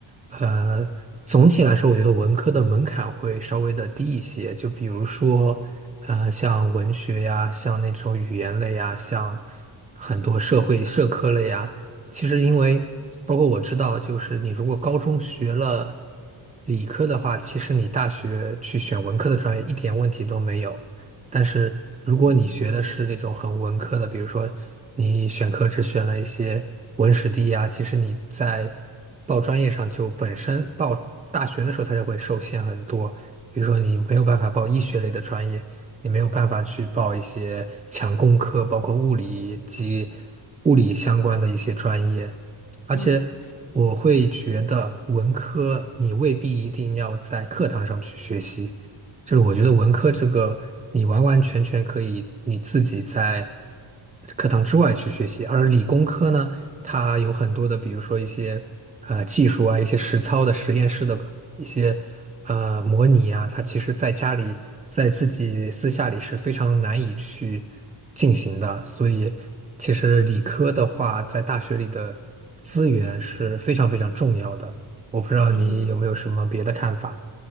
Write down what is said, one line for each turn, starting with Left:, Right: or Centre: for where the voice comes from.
Right: 呃，总体来说，我觉得文科的门槛会稍微的低一些。就比如说，呃，像文学呀，像那种语言类呀，像很多社会社科类呀，其实因为包括我知道，就是你如果高中学了理科的话，其实你大学去选文科的专业一点问题都没有。但是如果你学的是那种很文科的，
Left: 嗯
Right: 比如说你选课只选了一些文史地呀，其实你在报专业上就本身报大学的时候它就会受限很多，比如说你没有办法报医学类的专业，你没有办法去报一些强工科，包括物理及物理相关的一些专业，而且。
Left: 嗯
Right: 我会觉得文科你未必一定要在课堂上去学习，就是我觉得文科这个，你完完全全可以你自己在课堂之外去学习，而理工科呢，它有很多的，比如说一些呃技术啊，一些实操的实验室的一些呃模拟啊，它其实在家里在自己私下里是非常难以去进行的，所以其实理科的话，在大学里的资源是非常非常重要的。我不知道你有没有什么别的看法。
Left: 嗯。